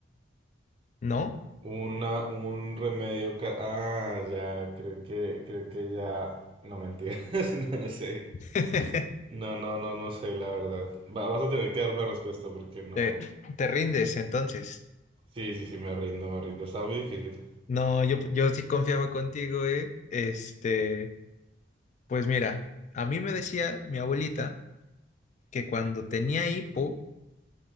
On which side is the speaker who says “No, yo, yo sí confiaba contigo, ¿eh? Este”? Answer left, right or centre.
Left